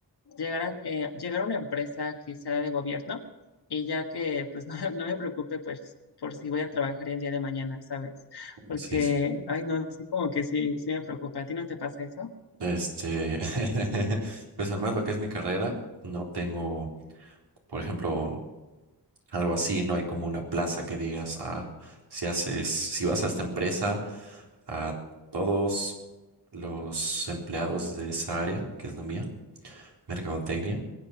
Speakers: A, on the left; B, on the right.
A: llegar a, eh, llegar a una empresa que sea de gobierno y ya que pues <laughs> no, no me preocupe pues por si voy a trabajar el día de mañana, ¿sabes? Porque,
B: Sí, sí.
A: ay no, sí como que sí, sí me preocupa. ¿A ti no te pasa eso?
B: Este, <laughs> pues al menos lo que es mi carrera, no tengo, por ejemplo, algo así, no hay como una plaza que digas, ah, si haces, si vas a esta empresa, a todos los empleados de esa área, que es la mía, mercadotecnia,